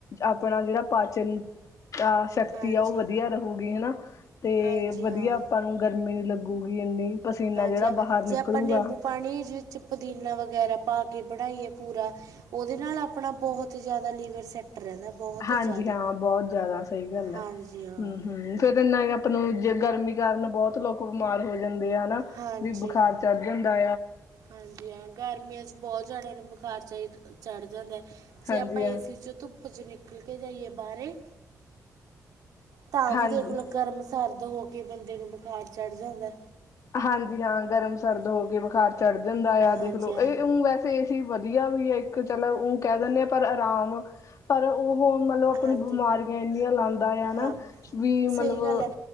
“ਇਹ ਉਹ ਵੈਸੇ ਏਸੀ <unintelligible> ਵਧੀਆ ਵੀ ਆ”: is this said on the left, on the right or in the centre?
Left